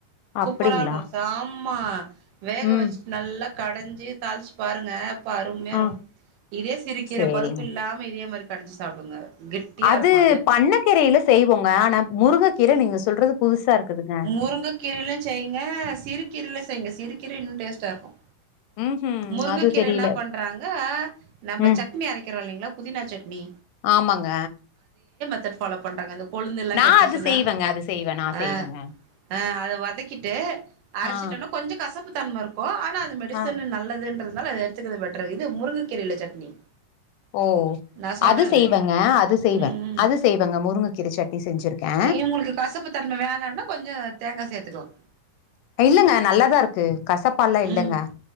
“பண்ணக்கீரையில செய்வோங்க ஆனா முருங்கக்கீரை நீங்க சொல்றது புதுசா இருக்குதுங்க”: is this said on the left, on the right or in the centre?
Left